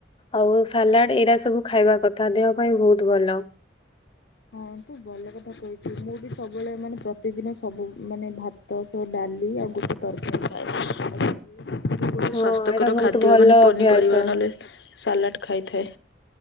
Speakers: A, on the left; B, on the left.
A: ଆଉ ସାଲାଡ, ଏଇଡା ସବୁ ଖାଇବା କଥା ଦେହ ପାଇଁ ବହୁତ ଭଲ।
B: ହଁ ତୁ ଭଲ କଥା କହିଚୁ, ମୁଁ ବି ସବୁବେଳେ ମାନେ ପ୍ରତିଦିନ ସବୁ ମାନେ ଭାତ ସବୁ ଡା ଡାଲି ଆଉ ଗୁଟେ ତରକରି ପାଇଛି। ସ୍ଵାସ୍ଥ୍ୟକର
A: ହଁ ଏଇଟା ବହୁତ
B: ଖାଦ୍ୟ
A: ଭଲ
B: ମାନେ ପନିପରିବାରେ
A: ଅଭ୍ୟାସ।
B: ସାଲାଡ ଖାଇଥାଏ।